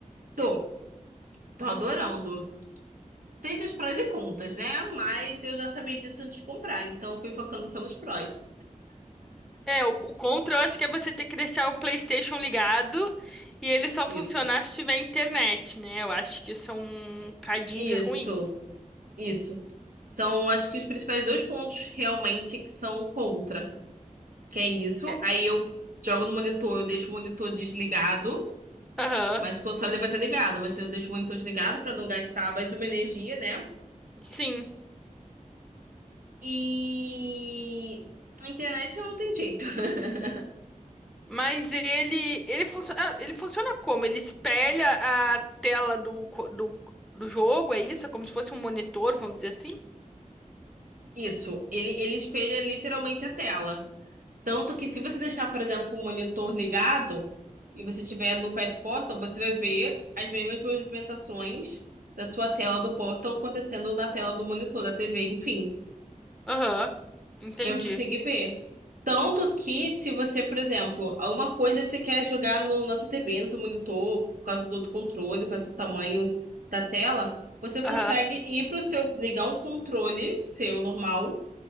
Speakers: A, on the right; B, in the centre.
A: Tô, tô adorando. Tem seus prós e contras, né? Mas eu já sabia disso antes de comprar, então fui focando só nos prós.
B: É, o, o contra eu acho que é você ter que deixar o PlayStation ligado e ele só funcionar
A: Isso,
B: se tiver internet, né? Eu acho que isso é um cadinho
A: isso,
B: de ruim.
A: isso. São, acho que os principais dois pontos realmente que são contra. Que é isso.
B: É.
A: Aí eu jogo no monitor, eu deixo o monitor desligado,
B: Aham,
A: mas o só vai estar ligado, mas eu deixo o monitor desligado pra não gastar mais uma energia, né?
B: sim.
A: E a internet não tem jeito. <laughs>
B: Mas ele, ele funciona, ele funciona como? Ele espelha a tela do, co- do, do jogo, é isso? É como se fosse um monitor, vamos dizer assim?
A: Isso, ele, ele espelha literalmente a tela. Tanto que se você deixar, por exemplo, o monitor ligado e você tiver no PS Portal, você vai ver as mesmas movimentações da sua tela do Portal acontecendo na tela do monitor, da TV, enfim.
B: Aham, entendi.
A: Você vai conseguir ver. Tanto que se você, por exemplo, alguma coisa você quer jogar no nossa TV, no seu monitor, por causa do outro controle, por causa do tamanho da tela, você consegue
B: Aham.
A: ir para o seu, ligar um controle seu normal